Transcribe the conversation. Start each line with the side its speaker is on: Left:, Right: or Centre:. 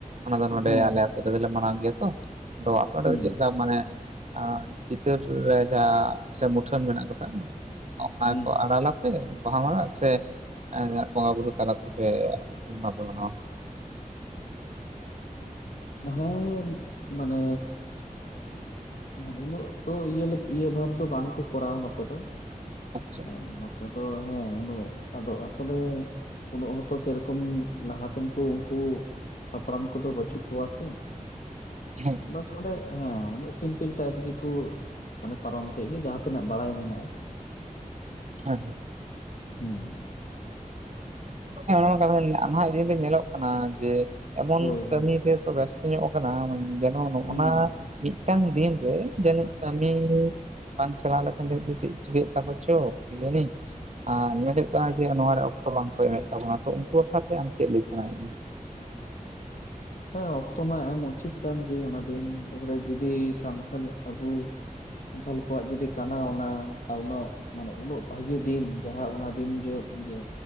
Right: ᱚᱱᱟ ᱫᱚ ᱱᱚᱰᱮ
Left: ᱦᱩᱸ
Right: ᱟᱞᱮ ᱟᱹᱛᱩ ᱨᱮᱜᱮᱞᱮ ᱢᱟᱱᱟᱣ ᱜᱮᱭᱟ ᱛᱚ ᱟᱫᱚ ᱟᱯᱮ ᱚᱸᱰᱮ
Left: ᱦᱩᱸ
Right: ᱫᱚ ᱪᱮᱫ ᱞᱮᱠᱟ? ᱢᱟᱱᱮ ᱮᱸ, ᱪᱤᱛᱟᱹᱨ ᱨᱮ ᱡᱟᱦᱟᱸ ᱥᱮ ᱢᱩᱴᱷᱟᱹᱱ ᱢᱮᱱᱟᱜ ᱠᱟᱫᱟ? ᱚᱱᱟ
Left: ᱦᱩᱸ
Right: ᱠᱚ ᱟᱲᱟᱞᱟᱯᱮ? ᱵᱟᱦᱟ ᱢᱟᱞᱟ ᱥᱮ ᱵᱚᱸᱜᱟ ᱵᱩᱨᱩ ᱛᱟᱞᱟ ᱛᱮᱯᱮ ᱦᱩᱞ ᱢᱟᱦᱟ ᱯᱮ ᱢᱟᱱᱟᱣᱟ?
Left: ᱦᱮᱸ, ᱢᱟᱱᱮ ᱩᱱᱟᱹᱜ ᱫᱚ ᱤᱭᱟᱹ ᱤᱭᱟᱹ ᱵᱷᱟᱵᱽ ᱫᱚ ᱵᱟᱝ ᱠᱚ ᱠᱚᱨᱟᱣᱟ ᱱᱚᱛᱮ ᱫᱚ,
Right: ᱟᱪᱪᱷᱟ
Left: ᱦᱮᱸ ᱛᱮᱫᱚ ᱦᱮᱸ ᱩᱱᱟᱹᱜ ᱟᱫᱚ ᱟᱥᱚᱞᱮ ᱩᱱᱟᱹᱜ ᱦᱚᱸᱛᱚ ᱥᱮᱨᱚᱠᱚᱢ ᱞᱟᱦᱟᱛᱮᱱ ᱠᱚ ᱩᱱᱠᱩ ᱦᱟᱯᱲᱟᱢ ᱠᱚᱫᱚ ᱵᱟᱹᱪᱩᱜ ᱠᱚᱣᱟ ᱥᱮ
Right: ᱦᱮᱸ <unintelligible>
Left: <unintelligible> ᱦᱮᱸ ᱩᱱᱟᱹᱜ ᱯᱤᱞ ᱴᱟᱭᱤᱯ ᱜᱮᱠᱚ ᱢᱟᱱᱮ ᱯᱟᱨᱚᱢ ᱠᱮᱫ ᱜᱮ ᱡᱟᱦᱟᱸ ᱛᱤᱱᱟᱹᱜ ᱵᱟᱲᱟᱭ ᱢᱮᱱᱟᱜᱼᱟ᱾
Right: ᱦᱮ <unintelligible>
Left: ᱦᱩᱸ <unintelligible>
Right: ᱦᱮᱸ ᱚᱱᱟᱢᱟ ᱠᱟᱛᱷᱟ <unintelligible> ᱱᱟᱦᱟᱜ <unintelligible> ᱫᱚ ᱧᱮᱞᱚᱜ ᱠᱟᱱᱟ ᱡᱮ ᱮᱢᱚᱱ
Left: ᱦᱳᱭ
Right: ᱠᱟᱹᱢᱤ
Left: ᱦᱳᱭ
Right: ᱨᱮ ᱵᱮᱥᱛᱚ ᱧᱚᱜ ᱠᱟᱱᱟ ᱢᱟᱹᱱᱢᱤ ᱡᱮᱱᱚ ᱱᱚᱜ-ᱚ
Left: ᱦᱩᱸ
Right: ᱱᱟ ᱢᱤᱫᱴᱟᱝ ᱫᱤᱱ ᱨᱮ ᱡᱟᱹᱱᱤᱡ ᱠᱟᱹᱢᱤ ᱵᱟᱝ ᱪᱟᱞᱟᱣ ᱞᱮᱠᱷᱟᱱ ᱡᱟᱹᱱᱤᱡ ᱫᱚ ᱪᱮᱫ ᱪᱤᱠᱟᱹᱜ ᱛᱟᱠᱚ ᱪᱚ ᱠᱤ ᱡᱟᱹᱱᱤ ᱟᱨ ᱧᱮᱞ ᱦᱩᱭᱩᱜ ᱠᱟᱱᱟ ᱡᱮ ᱱᱚᱣᱟ ᱨᱮ ᱚᱠᱛᱚ ᱵᱟᱝᱠᱚ ᱮᱢᱮᱫ ᱛᱟᱵᱚᱱᱟ ᱛᱚ ᱩᱱᱠᱩ ᱵᱟᱠᱷᱨᱟ ᱛᱮ ᱟᱢ ᱪᱮᱫ ᱞᱟᱹᱭ ᱥᱟᱱᱟᱭᱮᱫ ᱢᱮᱭᱟ?
Left: ᱦᱮᱸ ᱚᱠᱛᱚ ᱢᱟ ᱮᱢ ᱩᱪᱤᱛ ᱠᱟᱱᱜᱮ ᱚᱱᱟ ᱫᱤᱱ, ᱮᱵᱟᱨᱮ ᱡᱩᱫᱤ ᱥᱟᱱᱛᱟᱞ ᱟᱵᱩ ᱥᱟᱱᱛᱷᱟᱞ ᱠᱚᱣᱟᱜ ᱡᱩᱫᱤ ᱠᱟᱱᱟ ᱚᱱᱟ <unintelligible> ᱩᱱᱟᱹᱜ ᱢᱟᱱᱮ ᱩᱱᱟᱹᱜ ᱵᱷᱟᱹᱜᱤ ᱫᱤᱱ ᱡᱟᱦᱟᱸ ᱚᱱᱟ ᱫᱤᱱ ᱡᱚ ᱡᱮ